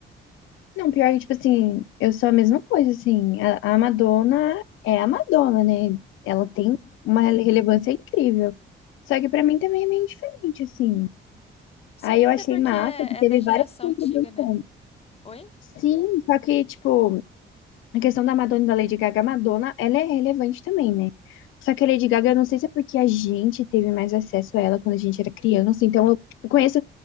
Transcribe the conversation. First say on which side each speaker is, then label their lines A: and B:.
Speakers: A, on the left; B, on the left.
A: Não, pior que, tipo assim, eu sou a mesma coisa, assim. A, a Madonna é a Madonna, né? Ela
B: Uhum.
A: tem uma relevância incrível. Só que pra mim também é meio diferente, assim.
B: Sim,
A: Aí eu
B: até
A: achei
B: porque
A: massa
B: é
A: que teve
B: da geração
A: várias contribuições.
B: antiga, né? Oi?
A: Sim, só que, tipo, a questão da Madonna e da Lady Gaga, a Madonna, ela é relevante também, né? Só que a Lady Gaga, eu não sei se é porque a gente teve mais acesso a ela quando a gente era criança, então eu conheço,